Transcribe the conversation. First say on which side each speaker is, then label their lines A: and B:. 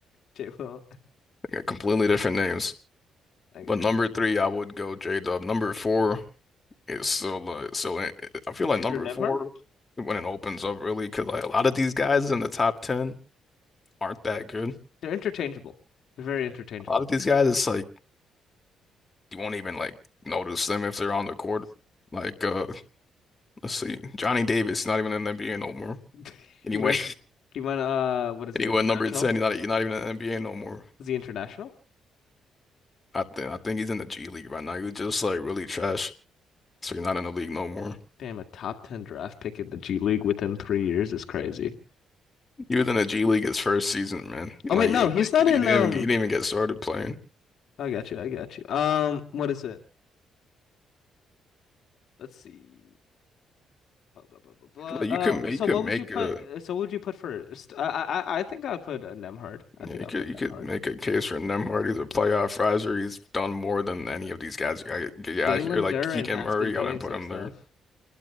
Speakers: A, on the left (about 65°); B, on the left (about 25°).
A: J Will.
B: got completely different names.
A: I got
B: But number
A: you.
B: three, I would go J Dub. Number four is still uh, so I I feel like
A: Andrew
B: number
A: Nemhard?
B: four when it opens up really because like a lot of these guys in the top ten aren't that good.
A: They're interchangeable. They're very interchangeable.
B: A lot of these guys, it's like you won't even like notice them if they're on the court. Like uh, let's see, Johnny Davis not even in the NBA no more.
A: <laughs>
B: Anyway,
A: We're You went, uh,
B: <laughs>
A: what is it?
B: anyway,
A: International?
B: number ten, he's not he's not even in the NBA no more.
A: Is he international?
B: I think I think he's in the G League right now. He was just like really trash, so he's not in the league no more.
A: Damn, a top 10 draft pick in the G League within three years is crazy.
B: You was in the G League his first season, man. Like,
A: Oh, wait, no,
B: he-
A: he's
B: like
A: not
B: you didn't
A: in,
B: even
A: um,
B: you didn't even get started playing.
A: I got you, I got you. Um, what is it? Let's see. Blah, blah, blah, blah, blah.
B: Like,
A: Uh,
B: you could make-
A: so
B: you could
A: what would
B: make
A: you put,
B: a
A: uh, so what would you put first? I, I, I think I would put uh, Nemhard. I
B: yeah,
A: think
B: you
A: I'll
B: could
A: put
B: you
A: Nemhard.
B: could make a case for Nemhard. He's a playoff riser. He's done more than any of these guys. You got you
A: Jalen
B: out here like
A: Duren
B: Keegan
A: has
B: Murray.
A: been doing
B: I didn't put
A: some
B: him
A: stuff.
B: there.